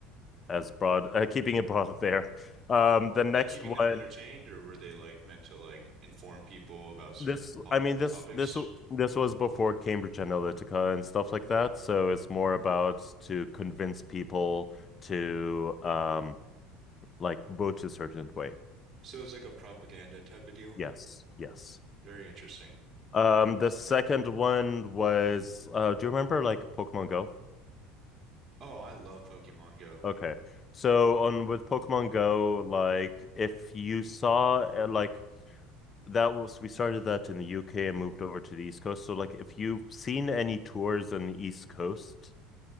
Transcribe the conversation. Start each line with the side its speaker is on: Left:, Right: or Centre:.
Left: as broad, uh, keeping it broad <laughs> there. Um, the next
Right: like keeping
Left: one.
Right: them entertained, or were they like meant to like inform people about certain
Left: This,
Right: po
Left: I mean, this,
Right: topics?
Left: this, this was before Cambridge Analytica and stuff like that. So it's more about to convince people to, um, like vote a certain way.
Right: So it's like a propaganda type of deal.
Left: Yes, yes.
Right: Very interesting.
Left: Um, the second one was, uh, do you remember like Pokemon Go?
Right: Oh, I love Pokemon Go.
Left: Okay. So on with Pokemon Go, like if you saw uh, like that was we started that in the UK and moved over to the East Coast. So like if you've seen any tours on the East Coast